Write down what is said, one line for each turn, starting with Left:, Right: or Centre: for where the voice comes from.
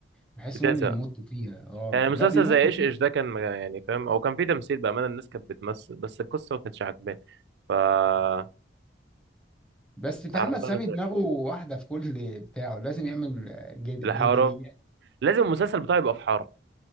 Centre: بحس
Right: بتزهق
Centre: ان هم بيمطوا فيها اه
Right: يعني
Centre: لا
Right: مسلسل
Centre: بيمطوا
Right: زي ايش ايش ده كان مج- يعني فاهم او كان فيه تمثيل بامانه الناس كانت بتمثل بس القصه ما كانتش عاجباني ف بتاع
Centre: بس محمد
Right: رمضان
Centre: سامي
Right: اللي فات.
Centre: دماغه واحدة في كل بتاعه لازم يعمل جد-
Right: الحاره
Centre: جدليات
Right: لازم المسلسل بتاعي يبقى في حاره